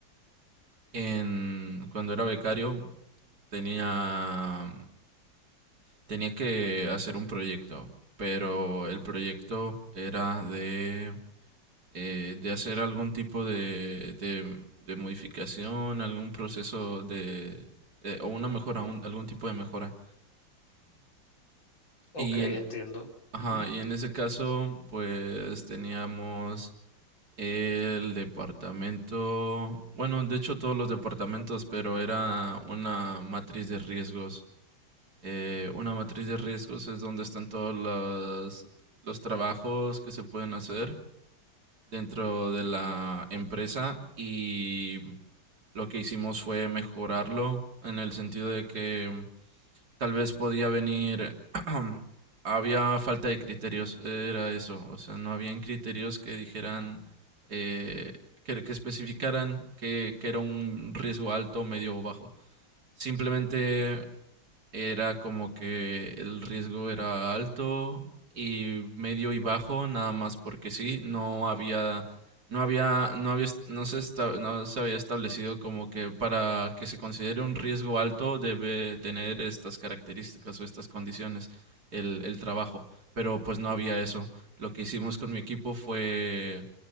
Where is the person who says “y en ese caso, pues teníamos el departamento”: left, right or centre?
Right